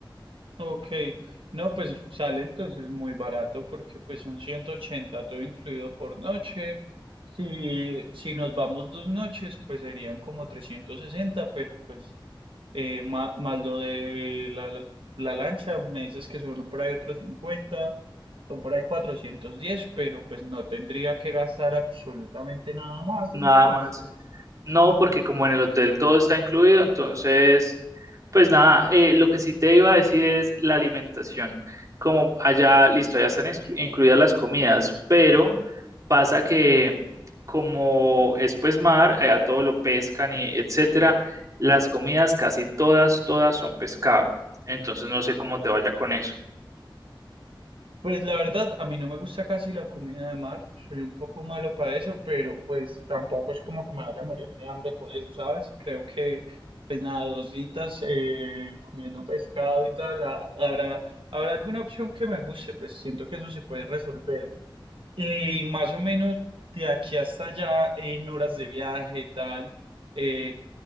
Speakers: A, on the right; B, on the right.
A: ok, no, pues sale entonces muy barato porque pues son 180 todo incluido por noche. Si, si nos vamos dos noches, pues serían como 360, pero pues eh, ma- más, lo de la, la- la lancha, me dices que son por ahí otros cincuenta son por ahí cuatrocientos diez pero pues no tendría que gastar absolutamente nada más
B: nada
A: entonces.
B: más. No, porque como en el hotel todo está incluido, entonces, pues nada, eh, lo que sí te iba a decir es la alimentación. Como allá, listo, ya están exclu- incluidas las comidas, pero pasa que como es pues mar, allá todo lo pescan y etcétera, las comidas casi todas, todas son pescado. Entonces no sé cómo te vaya con eso.
A: Pues la verdad, a mí no me gusta casi la comida de mar, soy un poco malo para eso, pero pues tampoco es como que me vaya a morir de hambre por eso, ¿sabes? Creo que pues nada, dos ditas eh, comiendo pescado y tal, ah, habrá, habrá alguna opción que me guste, pues siento que eso se puede resolver. Y más o menos de aquí hasta allá en horas de viaje, tal, eh,